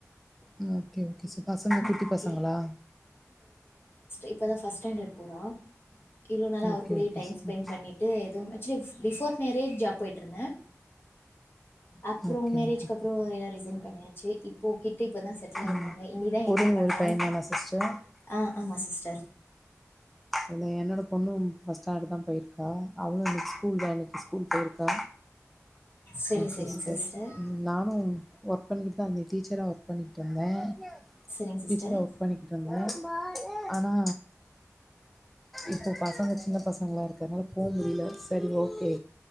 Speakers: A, in the centre; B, on the left.
A: உம் ஓகே கிட்ஸ் பசங்க குட்டி
B: ஓகே
A: பசங்களா
B: இப்பதான் ஃபஸ்ட் ஸ்டாண்டர்ட் போறான் இவ்ளோ நாளா அவரு
A: ஓகே
B: கூடைய
A: ஓகே
B: டைம்
A: சிஸ்
B: ஸ்பெண்ட் பண்ணிட்டு எதுவுமே ஆக்சுவலி பிஃபோர் மேரேஜ் ஜாப் போய்ட்டுருந்தேன் அப்புறம்
A: ஓகே
B: மேரேஜ்கப்புறம்
A: ஓகே
B: எல்லாம் ரிசைன் பண்ணியாச்சு ச இப்போ கே இப்பதான் செட்டில் ஆயிஸ
A: ம்
B: இருக்காங்க
A: ஒரே
B: என்ன பண்ணலாம்
A: ஒரு பையன் தானா சிஸ்டர்
B: ஆஹ் ஆமா சிஸ்டர்
A: இல்ல என்னோட பொண்ணும் பர்ஸ்ட் ஸ்டாண்டர்ட் தான் போயிருக்கா அவளும் ஸ்கூல் ஜாயன் இன்னைக்கு ஸ்கூல் போயிருக்கா
B: செரி செரிங்
A: பஸட்
B: சிஸ்டர்
A: நானும் ஒர்க் பண்ணிட்டு அங்க டீச்சராக ஒர்க் பண்ணிட்டுந்தேன்
B: செரிங் சிஸ்டர்
A: டீச்சரா ஒர்க் பண்ணிக்கிட்டு இருந்தேன் ஆனா இப்போ பசங்க சின்ன பசங்களாம் இருக்கனால போக முடியல சரி ஓகே